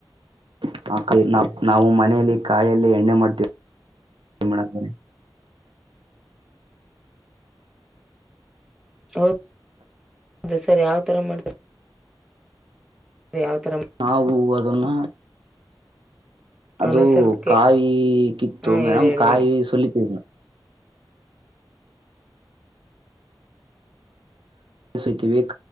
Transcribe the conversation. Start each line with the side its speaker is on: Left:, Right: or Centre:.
Right: <unintelligible> ನಾವು ಮನಯಲ್ಲಿ ಕಾಯಲ್ಲೇ ಎಣ್ಣೆ ಮಾಡ್ತವಿ. ಮೇಡಂ ಅವ್ರೆ.
Centre: ಹೌ ಹೌದು ಸರ್ ಯಾವತರ ಮಾಡ ಅದೇ ಯಾವತರ.
Right: ಅವು ಅದನ್ನ. ಅದು
Centre: ಹಲೋ ಸರ್ ಕೆ
Right: ಕಾಯಿ ಕಿತ್ತು
Centre: ಹಾ
Right: ಮೇಡಮ
Centre: ಹೇಳಿ ಹೇಳಿ
Right: ಕಾಯಿ
Centre: ಹೇಳಿ
Right: ಸುಲಿತೀವಿ. <unintelligible>